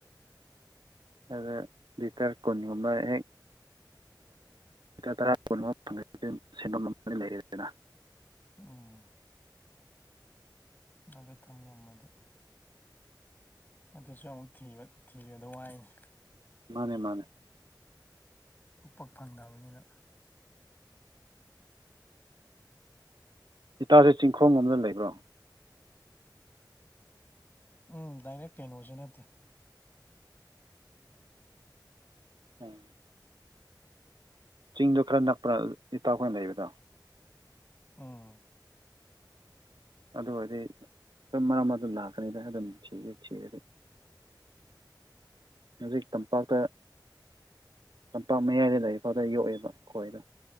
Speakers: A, on the right (about 70°); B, on the left (about 25°).
A: ꯑꯗ ꯂꯤꯇꯔ ꯀꯨꯟꯒꯨꯝꯕ ꯍꯦꯛ ꯇꯔꯥ ꯀꯨꯟꯃ ꯐꯪꯅꯤ ꯁꯦꯟꯐꯝ ꯑꯃ ꯂꯩꯔꯗꯅ
B: ꯎꯝ ꯃꯗꯨ ꯊꯝ ꯉꯝꯃꯗꯤ ꯑꯗꯨꯁꯨ ꯑꯃꯨꯛ ꯊꯤꯕꯗ ꯋꯥꯏꯅꯤ
A: ꯃꯥꯅꯦ ꯃꯥꯅꯦ
B: ꯄꯣꯛꯄꯛ ꯐꯪꯗꯕꯅꯤꯅ
A: ꯏꯇꯥꯁꯦ ꯆꯤꯡꯈꯣꯡ ꯑꯃꯝꯗ ꯂꯩꯕ꯭ꯔꯣ
B: ꯎꯝ ꯗꯥꯏꯔꯦꯛ ꯀꯩꯅꯣꯁꯨ ꯅꯠꯇꯦ
A: ꯎꯝ ꯆꯤꯡꯗꯣ ꯈꯔ ꯅꯛꯄ ꯏꯇꯥꯎꯈꯣꯏꯅ ꯂꯩꯕꯗꯣ
B: ꯎꯝ
A: ꯑꯗꯨ ꯑꯣꯏꯔꯗꯤ ꯑꯗꯨꯝ ꯃꯔꯝ ꯑꯗꯨ ꯂꯥꯛꯀꯅꯤꯗ ꯑꯗꯨꯝ ꯊꯤꯒ ꯊꯔꯗꯤ ꯍꯧꯖꯤꯛ ꯇꯝꯄꯥꯛꯇ ꯂꯝꯄꯥꯛ ꯃꯌꯥꯏꯗ ꯂꯩꯔꯤꯐꯥꯎꯗ ꯌꯣꯛꯑꯦꯕ ꯈꯣꯏꯔ